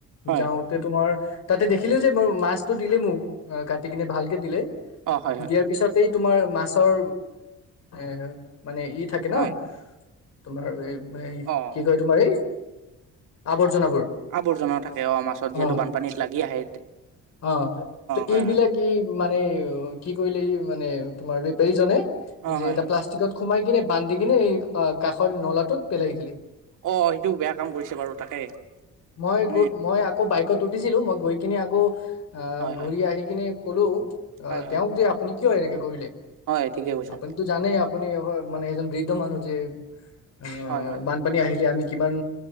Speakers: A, on the right; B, on the left.
A: হয়
B: যাওঁতে তোমাৰ তাতে দেখিলোও যে মই মাছতো দিলে মোৰ অ', কাটি কিনে ভালকে দিলে।
A: অ হয় হয়
B: দিয়াৰ পিছতেই তোমাৰ মাছৰ এ', মানে ই থাকে ন',
A: হয়
B: তোমাৰ এই ম
A: অ
B: কি কই তোমাৰ ই আব জনবোৰ
A: আৱৰ্জনাও থাকে অ মাছত
B: অ',
A: যিহেতু বানপানীত
B: -
A: লাগি আহে
B: অ', ত
A: হয়
B: এইবিলাক
A: হয়
B: ই মানে কি কৰিলে এই মানে তোমাৰ বিপাৰীজনে
A: অ
B: যে
A: হয়
B: এটা
A: হয়
B: প্লাষ্টিকত সোমাই কিনে বান্ধি কিনে এই কাষৰ নলাটোত পেলাই দিলে।
A: অ সেইটো বেয়া কাম কৰিছে বাৰু তাকে
B: মই
A: মানে
B: গ', মই আকৌ বাইকত উঠিছিলো মই গৈ কিনি আকৌ আহ',
A: হয় হয়
B: ঘূৰি আহি কিনে কলো অ',
A: হয় হয়
B: তেওঁক যে আপুনি কিয় এনেকে কৰিলে?
A: হয় ', ঠিকে কৈছা।
B: আপুনিতো জানেই আপুনি মানে এজন বৃদ্ধ মানুহ যে অ
A: হয়
B: ',
A: হয়
B: বানপানী
A: হয়
B: আহিলে আমি কিমান